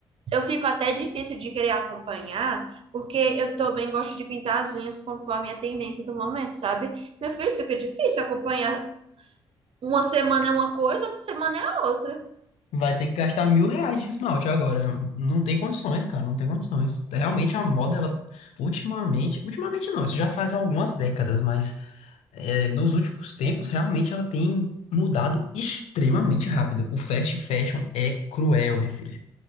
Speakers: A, on the right; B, on the left.
A: eu fico até difícil de querer acompanhar, porque eu também gosto de pintar as unhas conforme a tendência do momento, sabe? Meu filho, fica difícil acompanhar. Uma semana é uma coisa, outra semana é a outra.
B: vai ter que gastar mil reais de esmalte agora. Não tem condições, cara, não tem condições. Realmente a moda, ela, ultimamente, ultimamente não, isso já faz algumas décadas, mas é, nos últimos tempos, realmente ela tem mudado extremamente rápido. O fast fashion é cruel, minha filha.